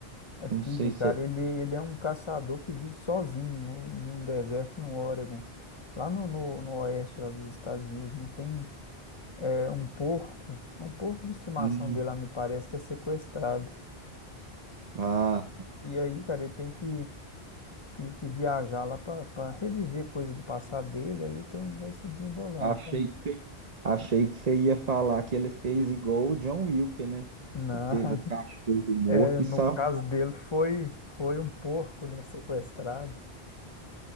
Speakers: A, on the left (about 30°); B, on the right (about 45°).
A: É Pig,
B: Não sei se
A: cara.
B: é...
A: Ele, ele é um caçador que vive sozinho no, num deserto no Oregon. Lá no, no, no oeste lá dos Estados Unidos, né? Tem É um porco, é um porco de estimação
B: Hum,
A: dele lá, me parece que é sequestrado.
B: ah,
A: E aí, cara, ele tem que, que, que viajar lá para reviver coisa do passado dele, aí o trem vai se desembolando,
B: achei
A: sabe?
B: que você, achei que você ia falar que ele fez igual o John Wilker, né?
A: Não,
B: Que teve
A: <laughs>
B: o cachorro morto
A: é,
B: e
A: no
B: salvou.
A: caso dele foi, foi um porco, né, sequestrado.